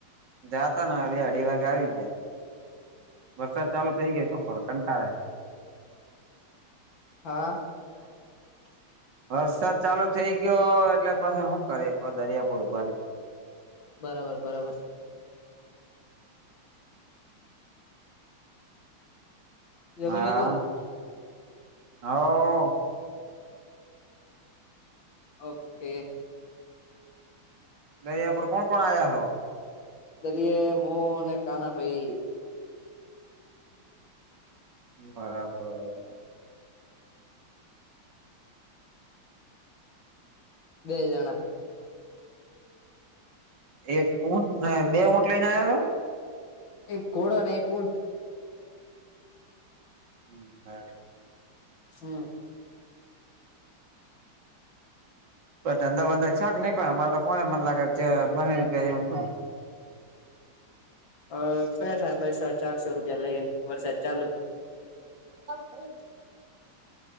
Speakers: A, on the right; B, on the left.
A: જાતા ને બે અઢી વાગે આવી ગયા. વરસાદ ચાલુ થઈ ગયો શું કર કંટાળે.
B: હા.
A: <inaudible> વરસાદ ચાલુ થઇ ગયો એટલે પછી શું કરે દરિયાપુર ભરી
B: બરાબર બરાબર. જમી
A: હા,
B: લીધું
A: હ.
B: ઓકે.
A: દરિયાપર કોણ કોણ આજ્યા છો?
B: દદી એ મો ને કાના ભાઈ.
A: બરાબર.
B: બે જાણા.
A: એક ઊંટને બે ઊંટ લઈને આવ્યા હતો?
B: એક કોડોના એક ઊન્ટ.
A: હમ બરાબર.
B: હમ.
A: પણ ધંધા બંધા છે કે નહી કો અમારે તો કો મને લાગે છે બ રૂપિયા શ. <inaudible>
B: અ બેઠા બસો ચારસો રૂપિયા લઈ વરસાદ ચાલુ.
A: હમ.